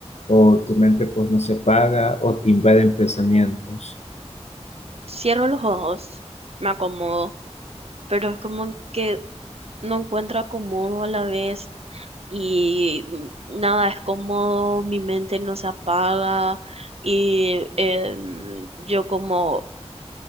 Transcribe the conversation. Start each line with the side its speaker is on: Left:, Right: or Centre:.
Left: o tu mente pues no se apaga, o te invaden pensamientos.
Right: Cierro los ojos, me acomodo, pero es como que no encuentro acomodo a la vez y mm, nada es cómodo, mi mente no se apaga y eh, yo como